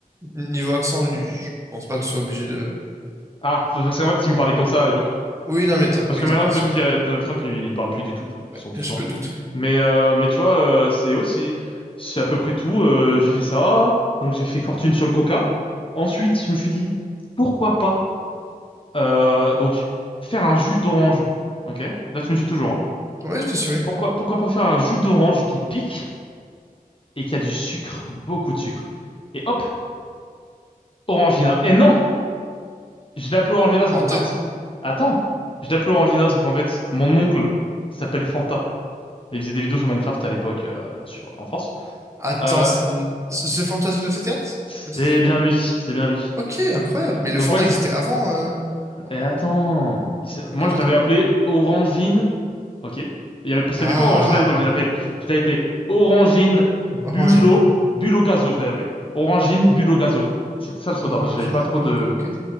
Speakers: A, on the right; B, on the left.
A: niveau accent, je pense pas que tu sois obligé de...
B: Ah, parce qu'en fait, ils me parlaient comme ça à l'époque.
A: Oui, non, mais t'in-
B: Parce
A: oui,
B: que
A: t'inquiète,
B: maintenant, depuis
A: je peux.
B: qu'il y a Donald Trump, il, il parle plus du tout. Ils
A: ouais,
B: sont tous
A: Je
B: morts.
A: me doute, oui.
B: Mais, euh, mais tu vois, euh, c'est aussi, c'est à peu près tout. Euh, j'ai fait ça. Donc, j'ai fait fortune sur le coca. Ensuite, je me suis dit, pourquoi pas, euh, donc, faire un jus d'orange. Ok? Là, tu me suis toujours, hein.
A: Oui, je te suis, oui.
B: Pourquoi, pourquoi pas faire un jus d'orange qui pique et qui a du sucre, beaucoup de sucre. Et hop, Orangina. Et non! Je l'ai appelé Orangina, sauf
A: Fanta.
B: qu'en fait, attends. Je l'ai appelé Orangina, sauf qu'en fait, mon oncle, il s'appelle Fanta. Et Il faisait des vidéos sur Minecraft à l'époque euh, sur en France.
A: Attends,
B: Euh,
A: c'est... n- The Fantasy 974?
B: c'est
A: 974,
B: bien
A: pardon.
B: lui, c'est bien lui.
A: Ok, incroyable.
B: Euh,
A: Mais
B: donc
A: le Fanta
B: moi, je...
A: existait avant, euh... Fanta.
B: eh, attends, Il s'est-
A: Ok,
B: moi
A: j'attends.
B: je l'avais appelé Orangine, ok. Il y avait parce
A: Ah,
B: qu'il y avait pas Orangina à l'époque, je l'appelle. Je l'avais appelé Orangine Bulo
A: Orangine.
B: Bulo Gazo, je l'avais appelé Orangine Bulo Gazo. C'était ça le pseudo
A: Orangine,
B: parce que j'avais pas trop
A: Bolongo,
B: de
A: ok.